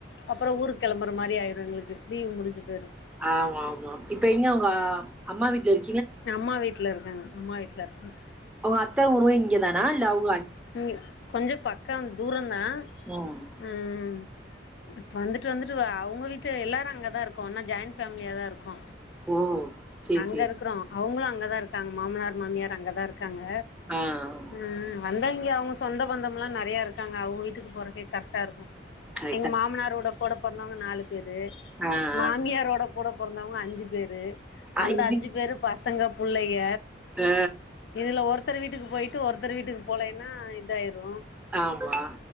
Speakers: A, on the left; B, in the centre.
A: அப்பறம் ஊரு கிளம்புற மாரி ஆயிரும் எங்களுக்கு லீவு முடிஞ்சு போயிரும்
B: ஆமாமா இப்ப எங்க உங்க அம்மா வீட்ல இரு
A: அம்மா வீட்ல இருக்கங்க அம்மா வீட்ல இருக்கங்
B: அவ அத்த ஊரு இங்கே தானா இல்ல அவு
A: இங்க கொஞ்ச பக்கம் தூரம்தா
B: ம்
A: ம் வந்துட்டு வந்துட்டு அவுங்க வீட்டு எல்லாரு அங்கதா இருக்கோ ஒன்னா ஜாயிண்ட் ஃபேமிலியாதா இருக்கோ
B: ஓ! சேரி,
A: அங்கருக்குறோ
B: சேரி.
A: அவுங்களு அங்கதா இருக்காங்க மாமனார் மாமியார் அங்கதா இருக் காங்க
B: ஆ, ஆ.
A: ம் ம் வந்த இங்க அவுங்க சொந்த பந்தம் எல்லாம் நெறைய இருக்காங்க அவுங்க வீட்டுக்கு போறக்கே கரெக்டா இருக்கு
B: கரெக்ட்டா.
A: எங்க மாமனாரோட கூட பேறந்தவங்க நாலு பேரு
B: ஆ, ஆ.
A: மாமியாரோட கூட பொறந்தவங்க அஞ்சு பேரு
B: அ
A: அந்த
B: இங்க
A: அஞ்சு பேரு பசங்க புள்ளைக
B: ஆ
A: இதுல ஒருத்தர் வீட்டுக்கு போயிட்டு ஒருத்தர் வீட்டுக்கு போலேன்னா இதாயிரு
B: ஆமா